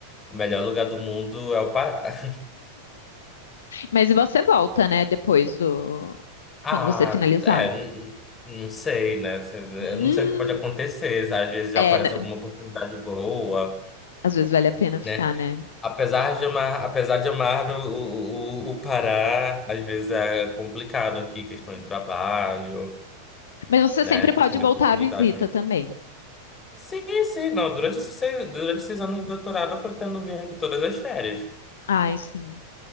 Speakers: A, on the left; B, on the left.
A: o melhor lugar do mundo é o Pará. <laughs>
B: Mas e você volta, né, depois do
A: Ah,
B: quando você finalizar?
A: é, n- n- não sei, né? Se- Eu
B: Hum,
A: não sei o que pode acontecer. Às vezes já
B: é,
A: aparece
B: né?
A: alguma oportunidade boa,
B: Às vezes vale a pena ficar,
A: né?
B: né?
A: Apesar de amar, apesar de amar o, o, o Pará, às vezes é complicado aqui, questão de trabalho,
B: Mas você
A: né?
B: sempre
A: Questão
B: pode
A: de
B: voltar
A: oportunidade
B: à visita também.
A: Sim, sim. Não, durante esses seis, durante esses anos de doutorado eu pretendo vir aqui todas as férias.
B: Ai, sim.